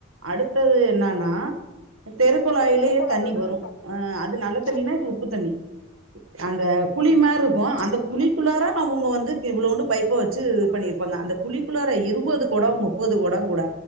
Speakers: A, on the right; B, on the left.
A: அடுத்தது என்னன்னா தெருகுழாயிலேயே
B: பெருக்குழாயிலே
A: தண்ணி வரு
B: தண்ணி
A: ஆ
B: வரும்
A: அது நல்ல
B: ம்,
A: தண்ணின்னா
B: அது
A: இது உப்பு தண்ணி அந்த குழி
B: அந்த
A: மார் இருக்கு
B: புளி மாதிரி
A: அந்த குழி
B: இருக்கும்.
A: குழிகுள்ளாற அவுங்க வந்து இவ்ளோன்டு பைப்ப வச்சு
B: அந்த
A: பண்ணிருப்பாங்க
B: புளி
A: அந்த குழிகுள்ளாற இருபது கொடோமோ முப்பது கொடோ கூட